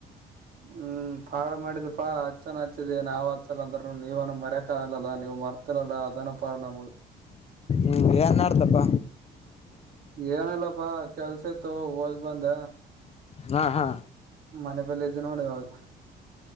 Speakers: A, on the right; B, on the left.
A: ಹ್ಮ್ ಪಾಳ ಮಾಡಿದ ಪಾ ಹಚ್ಚನ ಹಚ್ಚಿದ್ದ ನಾವ್ ಹಚ್ಚಲ್ಲ ಅಂದರು ನೀವನ ಮರ್ಯಕ ಆಗಲ್ಲಾ ನೀವ್ ಮರ್ <unintelligible> ಅದನ ಪಾಡ ನಮಗ.
B: ಹ್ಞ ಏನ ಮಾಡಡ್ತಪ್ಪ.
A: ಏನಲ್ಲಪ್ಪಾ ಕೆಲ್ಸ ಇತ್ತು ಹೋಗಿ ಬಂದ.
B: ಹಾ ಹಾ.
A: ಮನೆ ಬಲ್ಲ ಇದ್ದ ನೋಡ ಇವಾಗ.